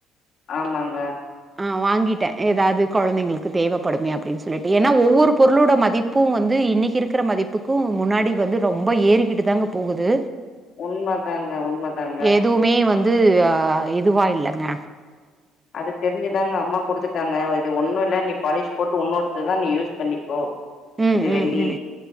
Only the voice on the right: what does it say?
ஆ வாங்கிட்டே எதாவ்து கொழந்தைங்களுக்கு தேவப்படுமே அப்டின் சொல்லிட்டு ஏன்னா ஒவ்வொரு பொருளோட மதி ப்பூ வந்து இன்னிக்கி இருக்கிற மதிப்புக்கு முன்னாடி வந்து ரொம்ப ஏறிக்கிட்டு தாங்க போகுது
எதுவுமே வந்து ஆ இதுவா இல்லங்க
ம்,
ம், இந்த ம்.